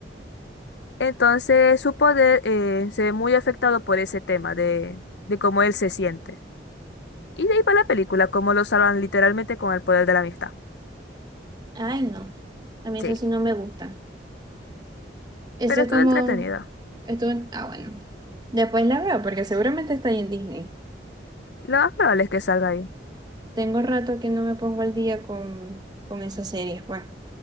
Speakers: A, on the left (about 75°); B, on the right (about 25°).
A: <laughs> Entonces su poder eh, se ve muy afectado por ese tema de, de cómo él se siente. Y de ahí va la película, cómo lo salvan literalmente con el poder de la amistad.
B: Ay, no. A mí eso
A: Sí,
B: sí no me gusta. Eso
A: pero
B: es
A: estuvo
B: como...
A: entretenida.
B: Esto... Ah, bueno. Después la veo, porque seguramente está ahí en Disney.
A: Lo más probable es que salga ahí.
B: Tengo rato que no me pongo al día con, con esas series, bueno.